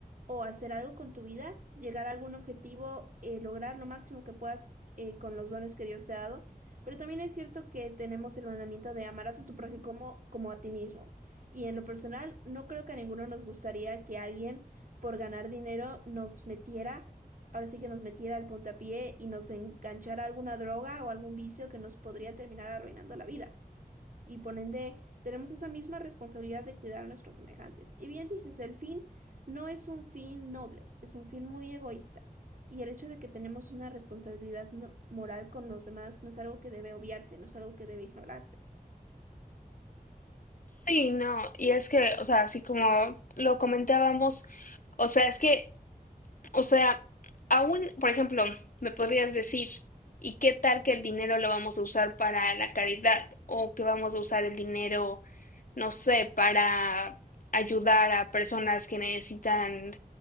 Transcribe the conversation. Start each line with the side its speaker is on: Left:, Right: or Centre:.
Right: o hacer algo con tu vida, llegar a algún objetivo, eh, lograr lo máximo que puedas eh, con los dones que Dios te ha dado. Pero también es cierto que tenemos el mandamiento de amarás a tu prójimo como como a ti mismo. Y en lo personal, no creo que a ninguno nos gustaría que alguien por ganar dinero nos metiera, ahora sí que nos metiera al puntapié y nos enganchara a alguna droga o algún vicio que nos podría terminar arruinando la vida. Y por ende, tenemos esa misma responsabilidad de cuidar a nuestros semejantes. Y bien dices, el fin no es un fin noble, es un fin muy egoísta. Y el hecho de que tenemos una responsabilidad no- moral con los demás no es algo que debe obviarse, no es algo que debe ignorarse.
Left: Sí, no, y es que, o sea, así como lo comentábamos, o sea, es que o sea, aún, por ejemplo, me podrías decir, ¿y qué tal que el dinero lo vamos a usar para la caridad? ¿O que vamos a usar el dinero, no sé, para ayudar a personas que necesitan,